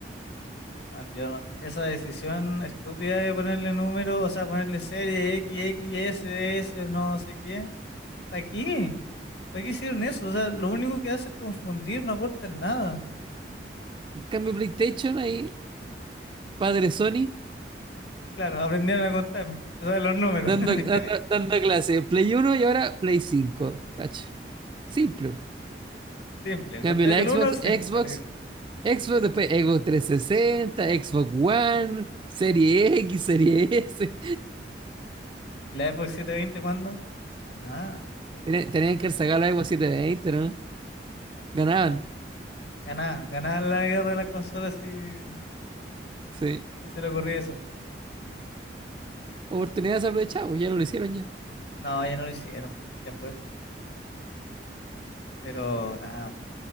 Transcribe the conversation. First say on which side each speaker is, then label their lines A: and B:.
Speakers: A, on the left; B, on the right.
A: Man, yo no- esa decisión estúpida de ponerle número, o sea, ponerle serie X, X, S, S, no sé qué. ¿Para qué? ¿Para qué hicieron eso? O sea, lo único que hace es confundir, no aportan nada.
B: En cambio, PlayStation ahí, padre Sony,
A: Claro, <laughs> aprendieron a contar, o sea, los números.
B: dando,
A: <laughs>
B: dando,
A: Genial.
B: dando clase. Play Uno y ahora Play 5. Cacho. Simple.
A: Simple,
B: En cambio,
A: contáis
B: la
A: del
B: Xbox,
A: uno al cinco
B: Xbox
A: vale.
B: Xbox, después Xbox trescientos sesenta Xbox One, Serie X, <laughs> Serie S.
A: ¿Y la Xbox 720 cuándo? Ah,
B: Tenían, tenían que sacar la Xbox 720, ¿no? Ganaban,
A: tío. Ganar, ganar la guerra de las consolas y
B: sí.
A: Si se le ocurría eso.
B: Oportunidades aprovechadas, ya no lo hicieron ya.
A: No, ya no lo hicieron. Ya fue. Pero nada,